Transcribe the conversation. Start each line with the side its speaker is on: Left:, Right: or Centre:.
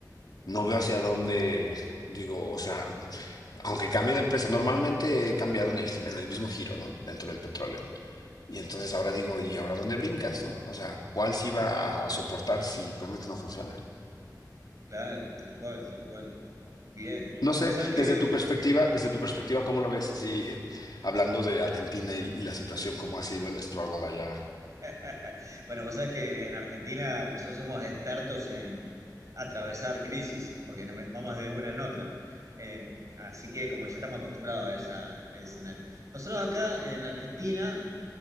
Left: no veo hacia dónde, digo, o sea, aunque cambie de empresa, normalmente he cambiado en el, en el mismo giro, ¿no? Dentro del petróleo. Y entonces ahora digo, ¿y ahora dónde brincas, no? O sea, ¿cuál sí va a, a soportar si Pemex no funciona?
Right: claro, tal cual, tal cual. Bien.
Left: No sé,
Right: Vos sabés que,
Left: desde tu perspectiva, desde tu perspectiva, ¿cómo lo ves? Así, eh, hablando de Argentina y, y la situación, ¿cómo ha sido el struggle allá?
Right: <laughs> bueno, vos sabés que en Argentina nosotros somos expertos en atravesar crisis, porque no me- vamos de una en otra. Eh, así que como que ya estamos acostumbrados a esa, a ese escenario. Nosotros acá en Argentina